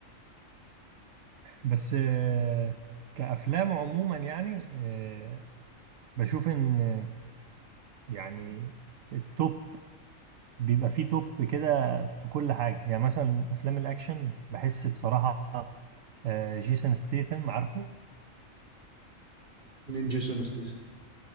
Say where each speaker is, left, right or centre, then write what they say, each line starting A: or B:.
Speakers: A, on the right; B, on the right.
A: بس آه، كأفلام عموما يعني آه، بشوف إن آه، يعني التوب بيبقى فيه توب كده في كل حاجة يعني مثلا أفلام الأكشن بحس بصراحة آه، جيسون ستيثم عارفه
B: مين جيسون ستيس